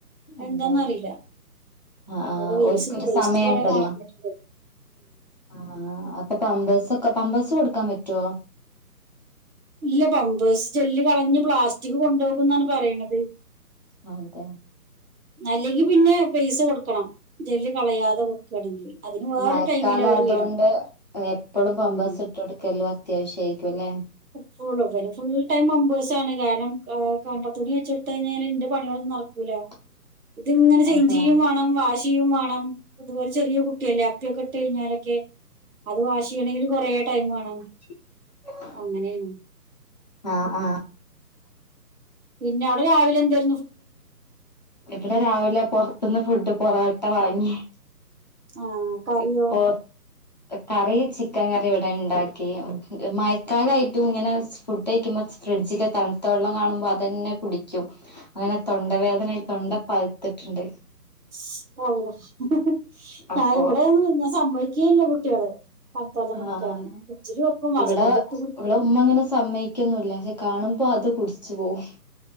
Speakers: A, on the left; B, on the right.
A: എന്താ
B: എന്താന്ന് റിയില്ല.
A: ആഹ് ആഹ്
B: ഇവിടെ വേസ്റ്റ്
A: ഓൽക്കൊരു
B: വേസ്റ്റ്
A: സമയണ്ടല്ലോ
B: കുറെ നിറഞ്ഞിട്ടുണ്ട്.
A: ആഹ് അപ്പോ പമ്പസ് ഒക്കെ പമ്പഴ്സ് കൊടുക്കാൻ പറ്റുവോ.
B: ഇല്ല. പമ്പേഴ്സ് ജെല്ല് കളഞ്ഞ് പ്ലാസ്റ്റിക് കൊണ്ടുപോകുന്നാണ് പറയണത്.
A: അതെ-
B: അല്ലെങ്കി പിന്നെ പേയ്സ കൊടുക്കണം. ജെല്ല് കളയാതെ- തൊടങ്ങീണ്. അതിന്- വേറെ
A: മഴക്കാലയതൊണ്ട്
B: ടൈമിൽ അവർ വരും
A: എപ്പോളും പമ്പേഴ്സ്
B: ഉം
A: ഇട്ടെട്ക്കല് അത്യാവശ്യരിക്കുല്ലേ.
B: ഫുള്ളും. ഫുൾ ടൈം മമ്പേഴ്സാണ്. കാരണം കണ്ടത്ത തുണി വെച്ചെടുത്ത കഴിഞ്ഞാൽ ന്റെ പണികളൊന്നും നടക്കൂല്ല
A: <unintelligible>
B: ഇതിങ്ങനെ ചേഞ്ചയ്യും
A: അതെ
B: വേണം. വാഷ് ചെയ്യും വേണം. അതുപോലെ ചെറിയ കുട്ടിയല്ലേ അപ്പിക്കെ ഇട്ട് കഴിഞ്ഞാല്- ക്കെ അത് വാശേയണങ്കി കുറെ ടൈം വേണം.
A: ശ <unintelligible>
B: അങ്ങനെണ്.
A: ആഹ് ആഹ്..
B: പിന്നെ അവിടെ രാവിലെ എന്തായി?
A: എവിടെ രാവിെല പുറത്ത് നിന്ന് ഫുഡ് പൊറോട്ട വാങ്ങി.
B: ആ കറിയോ
A: ഇപ്പോ കറി ചിക്കൻ കറി ഇവിടെ ണ്ടാക്കി. മഴക്കാലായിട്ട്- ട്ട് ങ്ങനെ ഫുഡ് കഴിക്കുമ്പോ ഫ്രിഡ്ജില് തണുത്ത വെള്ളം കാണുമ്പോ അതന്നെ കുടിക്യും. അങ്ങനെ തൊണ്ടവേദനയായി തൊണ്ട പഴുത്തിട്ടുണ്ട്.
B: ഷ് ആഹ് ള്ള
A: അപ്പോ
B: ഇവിടൊന്നും ഞാൻ സമ്മയ്ക്കെൽയ കുട്ടികളെ- തണുത്തവെള്ളം കുടിക്കാന്
A: ആഹ്
B: ഫ്രിഡ്ജിൽ വെക്കും ഹസ്ബൻഡ്
A: ഇവിടെ
B: എടുത്ത് കുടിക്കും
A: ഇവിടെ ഉമ്മ അങ്ങനെ സമ്മയി- ക്യോ ന്നുല്ല. പക്ഷേ കാണുമ്പോ അത് കുടിച്ചു പോകും.